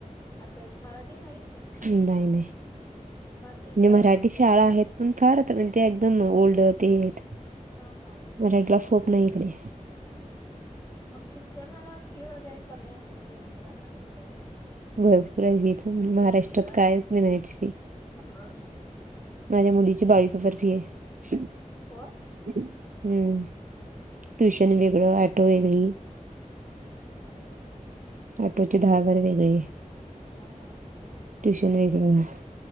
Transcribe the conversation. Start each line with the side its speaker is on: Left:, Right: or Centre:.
Left: असं आहे मराठी नाहीच.
Right: नाही नाही
Left: मग तिकडं
Right: मी मराठी शाळा आहेत पण फार आता म्हणजे त्या एकदम ओल्ड ते आहेत.
Left: हा हा.
Right: मराठीला स्कोप नाही इकडे.
Left: मग शिक्षणाला फी वगैरे कमी असेल कर्नाटक साईडला.
Right: भरपूर आहे हीच महाराष्ट्रात
Left: श्रेया
Right: कायच नाही फी.
Left: <unintelligible>
Right: माझ्या मुलीची बावीस हजार फी आहे.
Left: होय.
Right: हम्म ट्युशन वेगळं अॅटो वेगळी.
Left: अरे ब
Right: ऑटोचे दहा हजार वेगळे
Left: हा हा
Right: ट्युशन वेगळं.